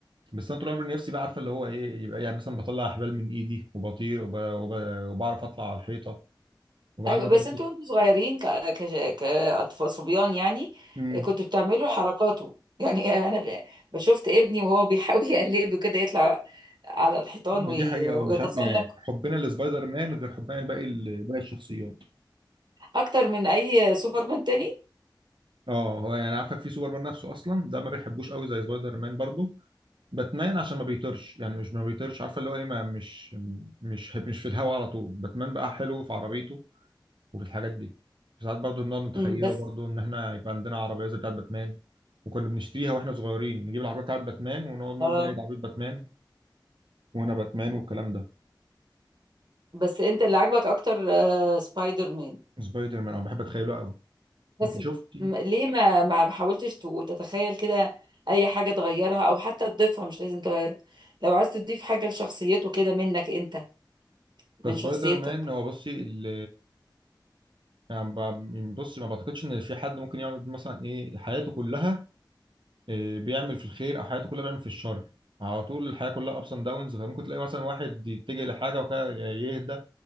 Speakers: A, on the right; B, on the right.
A: بس انا طول عمري نفسي بقى عارفه اللي هو ايه يبقى يعني مثلا بطلع احبال من ايدي وبطير وب... وب... وبعرف اطلع على الحيطه وبقى
B: ايوه
A: عندي
B: بس
A: برضو
B: انتوا وانتوا صغيرين ك... ك... كاطفال صبيان يعني
A: امم
B: كنتوا بتعملوا حركاته يعني <laughs> انا ب- بشوفت ابني وهو بيحاول <laughs> يقلده كده يطلع على الحيطان
A: دي
B: وي...
A: حقيقه
B: ويتسلق
A: آه، مش عارف يعني حبنا لسبايدر مان غير حبنا لباقي ال- باقي الشخصيات
B: اكتر من اي سوبرمان تاني
A: اه هو يعني عارفه في سوبر مان نفسه اصلا ده ما بيحبوش قوي زي سبايدر مان برضو باتمان عشان ما بيطيرش يعني مش ما بيطيرش عارفه اللي هو ايه ما مش مش مش في الهوا على طول باتمان بقى حلو في عربيته وفي الحاجات دي ساعات برضو بنقعد نتخيله
B: أمم، بس
A: برضو ان احنا يبقى عندنا عربيه زي بتاعه باتمان وكنا بنشتريها واحنا صغيرين نجيب العربيه بتاعه باتمان ونقعد نقول
B: اه
A: بقى ايه ده عربيه باتمان وانا باتمان والكلام ده
B: بس انت اللي عاجبك اكتر آه سبايدر مان
A: سبايدر مان انا بحب اتخيله قوي
B: بس
A: انت شفتي
B: م... ليه ما ما حاولتش ت- تتخيل كده اي حاجه تغيرها او حتى تضيفها مش لازم تغيرها لو عايز تضيف حاجه لشخصيته كده منك انت
A: كسبايدر
B: من شخصيتك
A: مان هو بصي ال يعني ب- يعني بصي ما بعتقدش ان في حد ممكن يعمل مثلا ايه حياته كلها إيه بيعمل في الخير او حياته كلها بيعمل في الشر على طول الحياه كلها ابس اند داونز فممكن تلاقي مثلا واحد يتجه لحاجه وكده يهدى